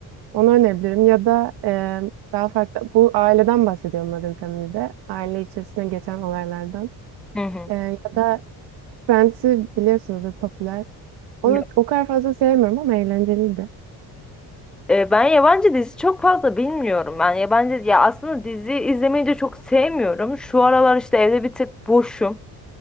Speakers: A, on the right; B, in the centre.
A: Onu önerebilirim. Ya da e, daha farklı. Bu aileden bahsediyorum Modern Family'de. Aile içerisinde geçen olaylardan.
B: hı hı.
A: E, ya da Friends'i biliyorsunuzdur popüler. Onu
B: Yok.
A: o kadar fazla sevmiyorum ama eğlenceliydi.
B: E, ben yabancı dizi çok fazla bilmiyorum. Ben yabancı ya aslında dizi izlemeyi de çok sevmiyorum. Şu aralar işte evde bir tık boşum.